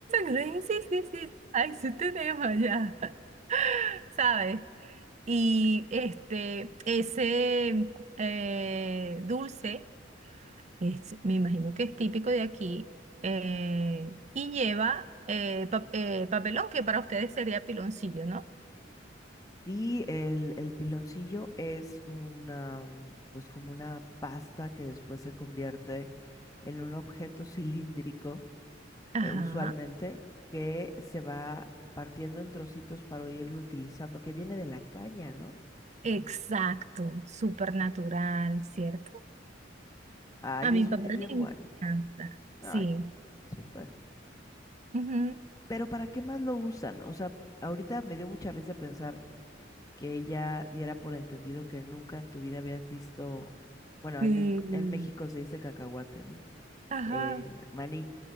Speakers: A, on the right; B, on the left.
A: risa. que Sí, sí, sí, sí. Ay, sí tenemos allá, <laughs> ¿sabes? Y este, ese eh, dulce, es- me imagino que es típico de aquí, eh, y lleva eh, pa- eh, papelón, que para ustedes sería piloncillo, ¿no?
B: Y el, el piloncillo es una, mm, pues como una pasta que después se convierte en un objeto cilíndrico,
A: Ajá,
B: eh, usualmente, que se va partiendo en trocitos para irlo utilizando, que viene de la caña, ¿no?
A: exacto, súper natural, ¿cierto?
B: Ay,
A: A mi
B: es,
A: papá
B: bi- es
A: le
B: bien
A: encanta,
B: bueno.
A: sí.
B: Ay, súper.
A: Ujú.
B: Pero ¿para qué más lo usan? O sea, ahorita me dio mucha risa pensar que ella diera por entendido que nunca en tu vida habías visto, bueno,
A: Sí.
B: en México, en México se dice cacahuate, ¿no?
A: Ajá.
B: Eh, maní.